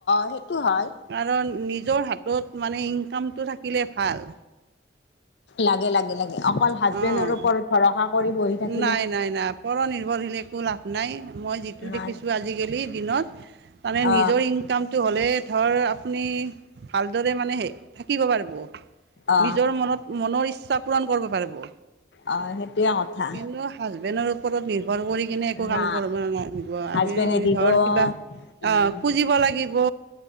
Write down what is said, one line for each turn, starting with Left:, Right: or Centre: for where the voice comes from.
Left: সেইটো হয়।
Right: কাৰণ নিজৰ হাতত মানে ইনকামটো থাকিলে ভাল।
Left: লাগে লাগে লাগে অকল হাজবেণ্ডৰ
Right: অঁ
Left: ওপৰত ভৰসা কৰি বহি থাকে
Right: নাই নাই নাই পৰ নিৰ্ভৰশীলে লাভ নাই মই যিটো
Left: নাই
Right: দেখিছো আজি কালি দিনত মানে
Left: অ
Right: নিজৰ ইনকাম টো হ'লে ধৰ আপুনি ভালদৰে মানে হেই থাকিব পাৰিব।
Left: অ
Right: নিজৰ মনত মনৰ ইচ্ছা পূৰণ কৰিব পাৰিব।
Left: অ' সেইটোয়ে কথা।
Right: কিন্তু হাজবেণ্ডৰ ওপৰত নিৰ্ভৰ কৰি কিনে একো কাম
Left: না
Right: কৰিব নালাগিব,
Left: হাজবেণ্ডে
Right: আমি
Left: দিব
Right: ধৰ কিবা অ'
Left: উম
Right: খুজিব লাগিব